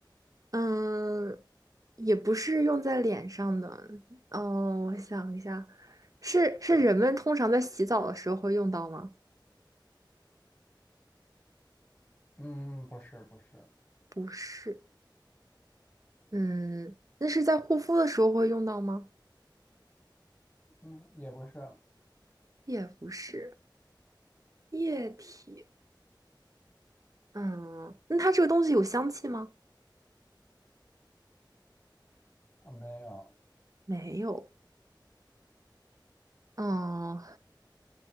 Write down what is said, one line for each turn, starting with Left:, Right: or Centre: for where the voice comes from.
Right: 嗯，也不是用在脸上的。哦，我想一下，是是人们通常在洗澡的时候会用到吗？
Left: 嗯，不是不是，
Right: 不是。嗯，那是在护肤的时候会用到吗？
Left: 嗯也不是，
Right: 也不是。液体。嗯，那它这个东西有香气吗？
Left: 我没有。
Right: 没有。嗯，